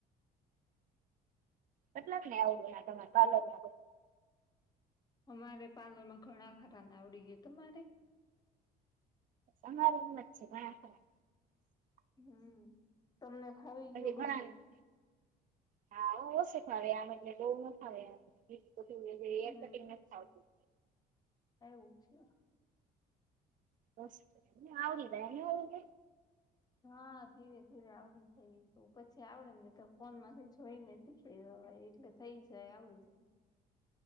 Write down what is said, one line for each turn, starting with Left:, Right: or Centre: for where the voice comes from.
Right: કેટલાક ને આવડે આ તમારા પાર્લર માં?
Left: અમારે પાર્લર માં ઘણા ખરાને આવડી ગ્યું તમારે?
Right: અમારા રે એમ જ છે ઘણા ખરાને
Left: હમ. તમને ફાવી
Right: હજી
Left: ગયું
Right: ઘણા
Left: બધું
Right: ને ઓછું હા હો ઓછું ફાવે આમ અટલે બહ ના ફાવે બીજું કેઈ નઈ હેર
Left: હમ
Right: કટિંગ નથી ફાવતું.
Left: એવું છે.
Right: બસ. એ આવડી જાય, નો આવડી, જાય?
Left: હા ધીરે ધીરે આવડી જાય એતો પછી આવડે ને તો ફોન માંથી જોઈને શીખી લેવા એટલે થઈ જાય આવડી જાય.